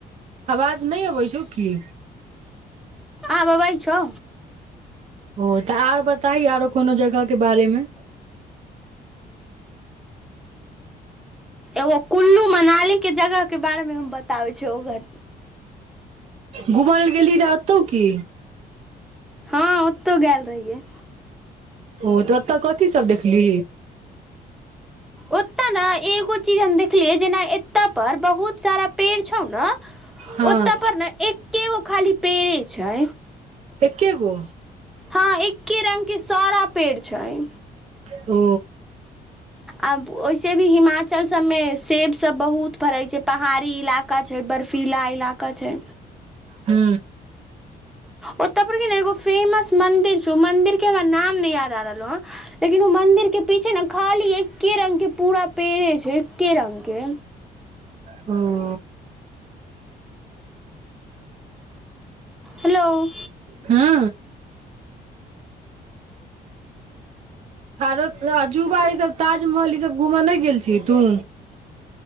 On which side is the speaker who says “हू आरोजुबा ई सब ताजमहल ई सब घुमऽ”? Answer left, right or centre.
Right